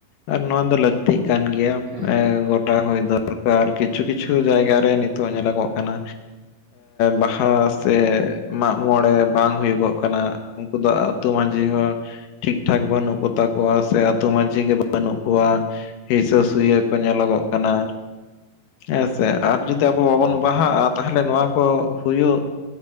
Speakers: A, on the left; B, on the right.
A: ᱟᱨ ᱱᱚᱶᱟ ᱫᱚ ᱞᱟᱹᱠᱛᱤᱜ ᱠᱟᱱ ᱜᱮᱭᱟ
B: ᱦᱮᱸ
A: ᱮᱸ ᱜᱚᱴᱟ ᱦᱳᱭ ᱫᱚᱨᱠᱟᱨ ᱠᱤᱪᱷᱩ ᱠᱤᱪᱷᱩ ᱡᱟᱭᱜᱟ ᱨᱮ ᱱᱤᱛ ᱱᱤᱛᱚᱜ ᱧᱮᱞᱚᱜᱚᱜ ᱠᱟᱱᱟ ᱵᱟᱦᱟ ᱥᱮ ᱢᱟᱜ ᱢᱚᱲᱮ ᱵᱟᱝ ᱦᱩᱭᱩᱜᱚᱜ ᱠᱟᱱᱟ ᱩᱱᱠᱩ ᱫᱚ ᱟᱹᱛᱩ ᱢᱟᱺᱡᱷᱤ ᱦᱚᱸ ᱴᱷᱤᱠ ᱴᱷᱟᱠ ᱵᱟᱹᱱᱩᱜ ᱠᱚ ᱛᱟᱠᱚᱣᱟ ᱥᱮ ᱟᱛᱳ ᱢᱟᱺᱡᱷᱤ ᱜᱮ ᱵᱟᱹᱱᱩᱜ ᱠᱚᱣᱟ ᱦᱤᱥᱟᱹ
B: ᱦᱮᱸ
A: ᱥᱩᱭᱟᱹ
B: ᱦᱮᱸ
A: ᱠᱚ ᱧᱮᱞᱚᱜᱚᱜ ᱠᱟᱱᱟ ᱦᱮᱸ ᱥᱮ ᱟᱨ ᱡᱩᱫᱤ ᱟᱵᱚ ᱵᱟᱵᱚᱱ ᱵᱟᱦᱟᱜᱼᱟ ᱛᱟᱦᱚᱞᱮ ᱱᱚᱣᱟ ᱠᱚ ᱦᱩᱭᱩᱜ